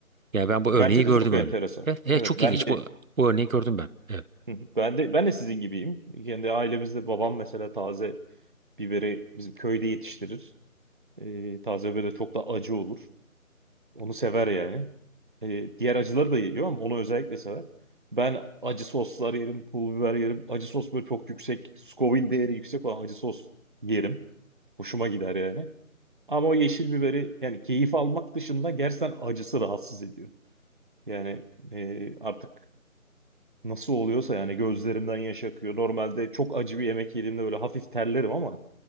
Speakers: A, on the right (about 70°); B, on the right (about 35°).
A: Ya ben bu
B: Bence
A: örneği gördüm
B: de çok
A: öyle.
B: enteresan.
A: Evet, evet,
B: Evet,
A: çok
B: ben
A: ilginç.
B: de
A: Bu bu örneği gördüm ben. Evet.
B: hı hı. ben de ben de sizin gibiyim. Kendi ailemizde babam mesela taze biberi bizim köyde yetiştirir. E, taze böyle çok da acı olur. Onu sever yani. E, diğer acıları da yiyor ama onu özellikle sever. Ben acı soslar yerim, pul biber yerim. Acı sos böyle çok yüksek, Scoville değeri yüksek olan acı sos yerim. Hoşuma gider yani. Ama o yeşil biberi yani keyif almak dışında gerçekten acısı rahatsız ediyor. Yani e, artık nasıl oluyorsa yani gözlerimden yaş akıyor. Normalde çok acı bir yemek yediğimde böyle hafif terlerim ama